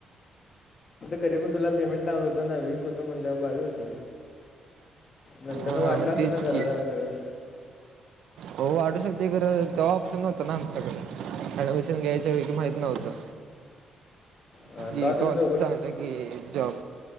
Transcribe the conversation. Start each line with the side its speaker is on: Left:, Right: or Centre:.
Left: कधी पण तुला पेमेंट चांगलं होतं ना वीस होत म्हणल्यावर भारी होत. नंतर
Right: हा
Left: न वाढला
Right: मग
Left: असन
Right: तेच
Left: जराजरा
Right: की
Left: करत.
Right: हो वाढू शकतोय खरं तेव्हा ऑप्शन नवतो ना आमच्याकड. ऍडमिशन घ्यायच्या <unintelligible> की माहित नव्हतं.
Left: अं,
Right: कि
Left: तेव्हा तुम्ही
Right: कॉलेज
Left: चौकशी
Right: चांगलं कि जॉब?